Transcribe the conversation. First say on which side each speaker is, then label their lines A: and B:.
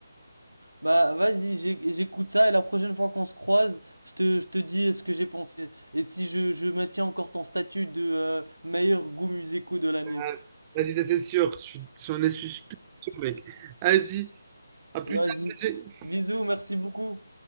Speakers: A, on the right; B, on the right.
A: Bah, vas-y, j'ai- j'écoute ça et la prochaine fois qu'on se croise, je te, je te dis ce que j'ai pensé. Et si je, je maintiens encore ton statut de euh, meilleur goût musicaux de l'année.
B: Ah, Vas-y, ça c'est sûr. Je suis... J'en ai- je suis sûr, mec. Vas-y, à plus
A: Vas-y.
B: tard, PG.
A: Bisous, merci beaucoup.